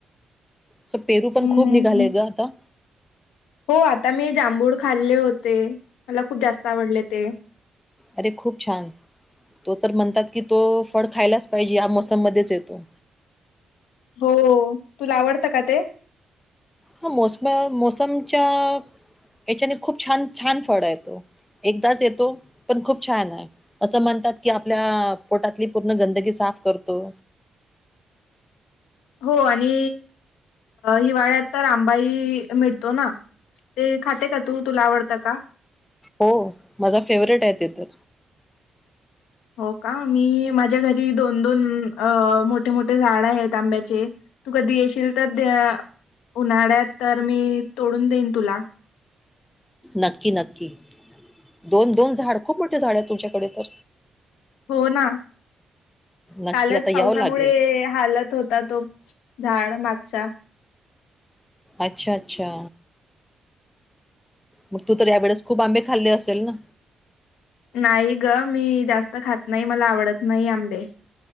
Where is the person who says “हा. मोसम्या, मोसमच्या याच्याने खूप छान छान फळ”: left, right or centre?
Left